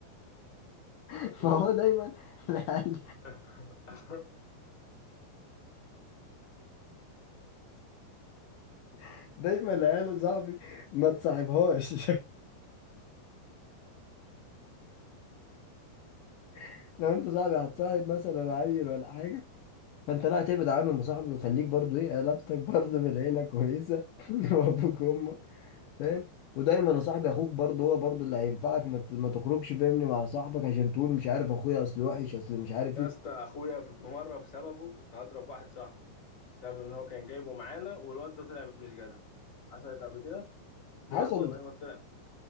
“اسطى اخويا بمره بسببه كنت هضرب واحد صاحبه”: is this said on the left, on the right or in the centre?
Left